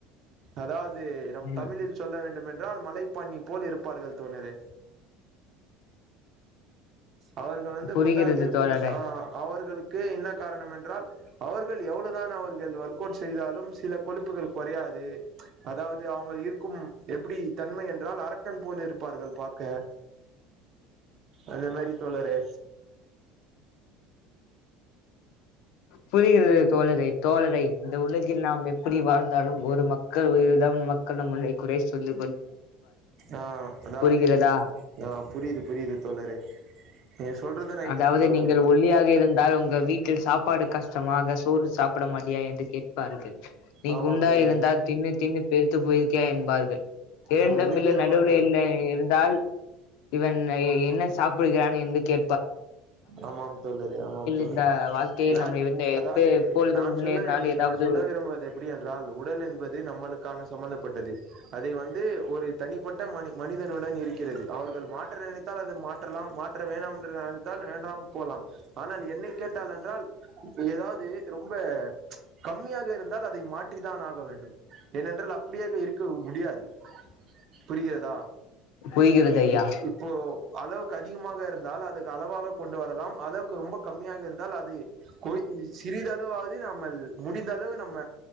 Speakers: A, on the right; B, on the left.
A: அதாது நம்
B: ம்
A: தமிழில் சொல்ல வேண்டும் என் மலைப்பண்ணி போல் இருப்பார்கள் தோழரே அவர்கள் வந்து
B: புரிகிறது
A: குண்டாகி இருக்கும்
B: தோழரே
A: அஹ அவர்களுக் க்கு என்ன காரணம் என்றால் அவர்கள் எவ்வளவுதான் அவர் என்று ஒர்க் அவுட் செய்தாலும் சில கொழுப்புகள் கொறையாது அதாவது அவங்கள் இருக்கும் எப்படி என்றால் அரக்கன் போல் இருப்பார்கள் பார்க்க அந்த மாரி தோழரே
B: புரிகிறது தோழரை தோழரை இந்த உலகில் நாம் எப்படி வாழ்ந்தாலும் ஒரு மக்கள் ஒருதவ மக்கள் நம் முன்னை குறை சொல்லி
A: ஆஹ் அதாவது
B: புரிகிறதா
A: ஆஹ் புரியுது புரியுது தோழரே நீங்க சொல்றது ரைட்டு
B: அதாவது
A: தான் தோழரே
B: நீங்கள் ஒல்லியாக இருந்தால் உங்க வீட்டில் சாப்பாடு கஷ்டமாக சோடு சாப்பிட மாட்டடியா என்று கேட்பார்கள் நீங்க
A: ஆமா
B: குண்டாக
A: தோழரே
B: இருந்தால் தின்னு தின்னுனு பெருத்து போயிருக்கியா என்பார்கள் இரண்டும்
A: நம்ம மீடியமா
B: இல்ல நடுவுல
A: இருந்தாலே
B: இல்ல இருந்தால் இவன் என்ன சாப்பிடுகிறான் என்று கே
A: ஆமாம் சொல்லுற ஆமாம் சொல்லு
B: இந்த வாழ்க்கையில்
A: நான்
B: நம்ம இருந்த எப்ப
A: அதாவது
B: எப்பொழுது
A: நான்
B: முன்னேறினாலும்
A: சொல்ல வேண்டிய
B: ஏதாவது
A: நான் சொல்ல விரும்புவது எப்படி என்றால் உடல் என்பது நம்மளுக்கு காண சம்மந்தப்பட்டது அதை வந் இது ஒரு தனிப் பட்ட மனிதனுடன் இருக்கிறது அவர்கள் மாற்ற நினைத்தால் அது மாற்றலாம் மாற்ற வேண்டாம் என்ற அத்து ஃபேன் வேண்டாமல் போலாம் ஆனால் என்னை கேட்டால் என்றால் ஏதாவது இது ரொம்ப ச் கம்மியாக இருந்தால் அதை மாற்றிதான் ஆக வேண்டும் ஏனென்றால் அப்ப முடியாது இரு <unintelligible> முடியாது புரிகிறதா
B: புரிகிறது ஐயா
A: இப் இப்போ அளவுக்கு அதிகமாக இருந்தால் அது சம் அளவாவே கொண்டு வரலாம் அளவுக்கு ரொம்ப கம்மியாக இருந்தால் அது கொன் சிறிதளவாவது நம்மல் முடிந்த அளவு நம்ம